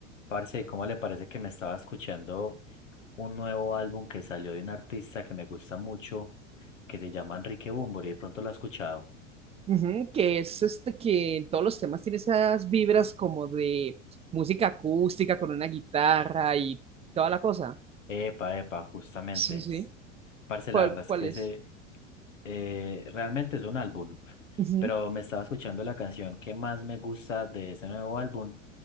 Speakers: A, on the left (about 80°); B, on the right (about 15°).
A: Parce, ¿cómo le parece que me estaba escuchando un nuevo álbum que salió de un artista que me gusta mucho, que se llama Enrique Bunbury? De pronto lo ha escuchado.
B: Ujú, que es este que en todos los temas tiene esas vibras como de música acústica con una guitarra y toda la cosa.
A: Epa, epa, justamente.
B: Sí,
A: es-
B: sí.
A: Parce,
B: ¿Cuál,
A: la verdad es
B: cuál
A: que
B: es?
A: ese eh, realmente es un álbum,
B: Ujú,
A: pero me estaba escuchando la canción que más me gusta de ese nuevo álbum.